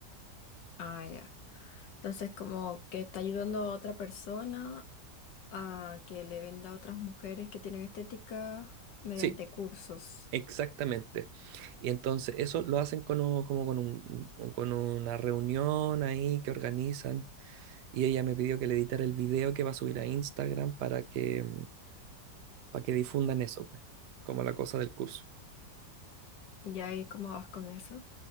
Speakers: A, on the left; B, on the right.
A: Ah, ya. Entonces, como que está ayudando a otra persona a que le venda a otras mujeres que tienen estética mediante
B: Sí,
A: cursos.
B: exactamente. Y entonces eso lo hacen con un- como con un- un- con una reunión ahí que organizan y ella me pidió que le editara el video que va a subir a Instagram para que para que difundan eso, pues, como la cosa del curso.
A: ¿Y ahí cómo vas con eso?